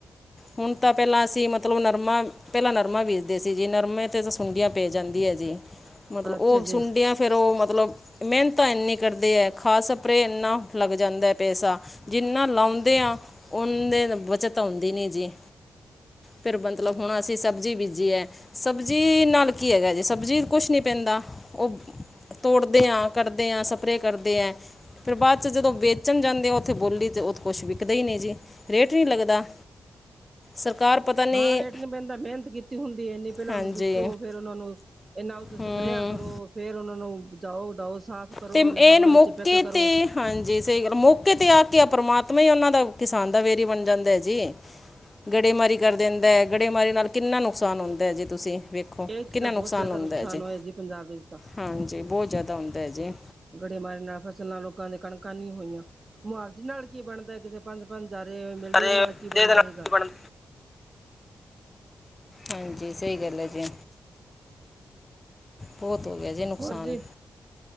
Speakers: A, on the left (about 25°); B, on the right (about 40°).
A: ਹੁਣ ਤਾਂ ਪੈਲਾਂ ਅਸੀਂ ਮਤ ਤਲਬ ਨਰਮਾ ਪੈਲਾਂ ਨਰਮਾ ਬੀਜਦੇ ਸੀ ਜੀ, ਨਰਮੇ ਤੇ ਤਾਂ ਸੁੰਡੀਆਂ ਪੈ ਜਾਂਦੀ ਐ ਜੀ। ਮਤਲਬ
B: ਅੱਛਾ
A: ਓ ਸੁੰਡਿਆ
B: ਜੀ
A: ਫੇਰ ਓਹ ਮਤਲਬ ਮਿਹਨਤਾ ਇੰਨੀ ਕਰਦੇ ਐ, ਖਾਦ ਸਪਰੇ ਇੰਨਾ ਲੱਗ ਜਾਂਦੈ ਪੇਸਾ। ਜਿੰਨਾ ਲਾਉਂਦੇ ਆ, ਓਨਦੇ ਬੱਚਤ ਤਾ ਹੂੰਦੀ ਨੀ ਜੀ। ਫਿਰ ਬਤਲਬ ਹੁਣ ਅਸੀਂ ਸਬ ਜੀ ਬੀਜੀ ਐ, ਸਬਜ਼ੀ ਨਾਲ ਕੀ ਹੈਗਾ ਜੇ ਸਬਜ਼ੀ ਚ ਕੁਛ ਨੀ ਪੈਂਦਾ, ਓਹ ਤੋੜਦੇ ਹਾਂ ਕਰਦੇ ਹਾਂ ਸਪਰੇ ਕਰਦੇ ਹੈ। ਫਿਰ ਬਾਅਦ 'ਚ ਜਦੋਂ ਵੇਚਣ ਜਾਂਦੇ ਆ ਉੱਥੇ ਬੋਲੀ ਤਾਂ ਉਹ ਤਾਂ ਕੁਛ ਵਿਕਦਾ ਹੀ ਨਹੀ ਜੀ। ਰੇਟ ਨੀ ਲੱਗਦਾ, ਸਰਕਾਰ ਪਤਾ ਨਹੀਂ
B: ਹਾਂ ਰੇਟ ਨੀ ਪੈਂਦਾ ਮਿਹਨਤ ਕੀਤੀ ਹੁੰਦੀ ਇੰਨੀ ਪਹਿਲਾਂ
A: ਹਾਂਜੀ
B: ਉਹਨੂੰ ਬੀਜੋ ਫੇਰ ਉਹਨਾਂ ਨੂੰ ਇਹਨਾਂ ਉਹ ਸਪਰੇਆਂ
A: ਹੂੰ
B: ਕਰੋ। ਫਿਰ ਉਹਨਾਂ ਨੂੰ ਜਾਓ ਉਡਾਓ ਸਾਫ਼ ਕਰੋ
A: ਤੇ
B: ਲਿਫਾਫਾ
A: ਇਹਨ ਮੌਕੇ
B: ਵਿੱਚ ਪੈਕ ਕਰੋ।
A: ਤੇ ਹਾਂਜੀ ਸਹੀ ਗੱਲ ਮੌਕੇ ਤੇ ਆ ਕੇ ਆ ਪ੍ਰਮਾਤਮਾ ਹੀ ਉਹਨਾਂ ਦਾ ਕਿਸਾਨ ਦਾ ਵੇਰੀ ਬਣ ਜਾਂਦਾ ਹੈ ਜੀ। ਗੜੇਮਾਰੀ ਕਰ ਦਿੰਦਾ ਹੈ ਗੜੇਮਾਰੀ ਨਾਲ ਕਿੰਨਾ ਨੁਕਸਾਨ ਹੁੰਦਾ ਜੇ ਤੁਸੀਂ ਵੇਖੋ। ਦੇਖੋ
B: ਇਹ ਤੇ
A: ਕਿੰਨਾ
B: ਤਾਂ ਬਹੁਤ
A: ਨੁਕਸਾਨ
B: ਜ਼ਿਆਦਾ
A: ਹੁੰਦਾ ਜੀ
B: ਹੋਇਆ ਪੰਜਾਬ ਵਿੱਚ ਤਾਂ
A: ਹਾਂਜੀ ਬਹੁਤ ਜ਼ਿਆਦਾ ਹੁੰਦਾ ਹੈ ਜੀ।
B: ਗੜੇ ਮਾਰੀ ਨਾਲ ਫਸਲਾਂ ਲੋਕਾਂ ਦੇ ਕਣਕਾਂ ਨਹੀਂ ਹੋਈਆਂ ਮੁਆਵਜ਼ੇ ਨਾਲ ਕੀ ਬਣਦਾ ਕਿਸੇ ਪੰਜ ਪੰਜ ਜਾਰੇ ਮਿਲਦੇ
A: ਅਰੇ
B: ਇਹਦੇ ਨਾਲ ਕੀ ਬਣਦਾ
A: ਨਾਲ
B: ਸੀਗਾ।
A: ਬਣ ਹਾਂਜੀ ਸਹੀ ਗੱਲ ਹੈ ਜੀ। ਬਹੁਤ ਹੋ ਗਿਆ ਜੀ ਨੁਕਸਾਨ।
B: ਹੋਰ ਜੀ ਇਹ